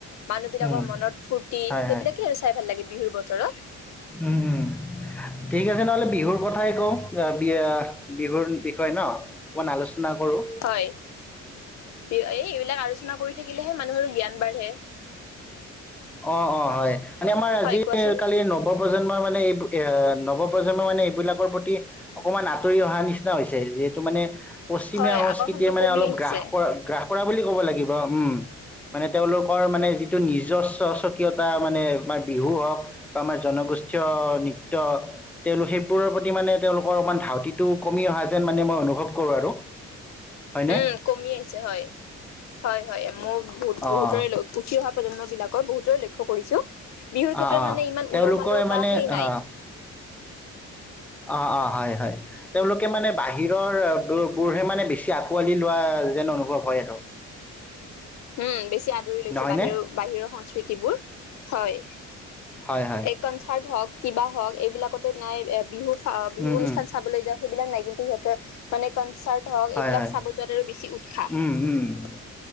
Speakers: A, on the left (about 65°); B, in the centre.
A: মানুহ বিলাকৰ
B: উম,
A: মনত ফুৰৰ্তি
B: হয় হয়
A: সেইবিলাকে আৰু চাই ভাল লাগে বিহুৰ বতৰত
B: উম উম ঠিক আছে নহ'লে বিহুৰ কথাই কওঁ বি বিহুৰ বিষয়ে ন অকমান আলোচনা কৰো
A: হয় এই এইবিলাক আলোচনা কৰি থাকিলেহে মানুহৰো জ্ঞান বাঢ়ে
B: অ অ হয় মানে আমাৰ আজিকালি
A: হয় কোৱাচোন
B: নৱপজন্মৰ মানে এই নৱপ্ৰজন্ম মানে এইবিলাকৰ প্ৰতি অকনমান আঁতৰি অহা নিচিনা হৈছে যিহেতু মানে পশ্চিমীয়া
A: হয়
B: সংস্কৃতিে
A: আকৰ্ষণটো
B: মানে
A: কমি
B: অলপ
A: আহিছে
B: গ্ৰাস কৰা গ্ৰাস কৰা বুলি ক'ব লাগিব উম মানে তেওঁলোকৰ মানে যিটো নিজচ স্বকীয়তা মানে আমাৰ বিহু হওক বা আমাৰ জনগোষ্ঠীয় নৃত্য তেওঁলোক সেইবোৰৰ প্ৰতি মানে তেওঁলোকৰ অকণমান ধাউতিটো কমি অহা যেন মানে মই অনুভৱ কৰোঁ আৰু হয়নে?
A: উম কমি আহিছে হয় হয় হয় <unintelligible> বহুত
B: অ',
A: বহুতৰে উঠি অহা প্ৰজন্ম বিলাকৰ বহুতৰে লক্ষ্য কৰিছো বিহুৰ ক্ষেত্ৰত
B: অ', অ',
A: মানে ইমান
B: তেওঁলোকে
A: উলহ মালহ
B: মানে
A: বা সেই
B: অ'।
A: নাই
B: অ অ হয় হয় তেওঁলোকে মানে বাহিৰৰ বোৰহে মানে বেছি আকোৱালি লোৱা যেন অনুভৱ হয় আৰু
A: উম বেছি আদৰি লৈছে
B: নহয়নে?
A: বাহিৰৰ বাহিৰৰ সংস্কৃতিবোৰ হয়
B: হয়, হয়।
A: এই কনচাৰ্ট হওক কিবা এইবিলাকতে নাই বিহু বিহু
B: উম,
A: অনুষ্ঠান
B: উম।
A: চাবলৈ যাওঁ সেইবিলাক নাই কিন্তু সিহঁতৰ মানে কনচাৰ্ট হক
B: হয়,
A: এইবিলাক
B: হয়।
A: চাব যোৱাত আৰু বেছি উৎসাহ
B: উম, উম।